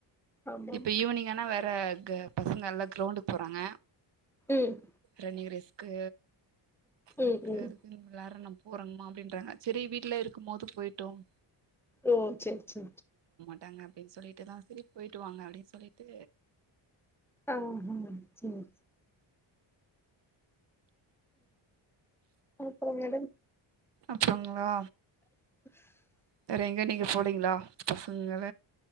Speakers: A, in the centre; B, on the right.
A: ஆமா
B: இப்ப ஈவினிங் ஆனா வேற ற பசங்கள் எல்லாம் கிரௌண்டுக்கு போகறாங்க
A: ம்
B: ரன்னிங் ரேஸ் க்கு அதுக்கு
A: ம் ம்
B: அதுக்கு எல்லாரும் நம் போறங்கமா அப்படின்றாங்க சரி வீட்டுல இருக்கும் போது போயிட்டோம்
A: ஓ சரி சரி
B: விட்டாங்க அப்படின்னு சொல்லிட்டுதான் சிரி போயிட்டு வாாங்க அப்படின்னு சொல்லிட்டு
A: ஹ சம் உம் அப்புறம்ங்கட
B: அப்புறங்களா
A: <inaudible>
B: வேற எங்க நீங்க போலீங்களா பசங்கள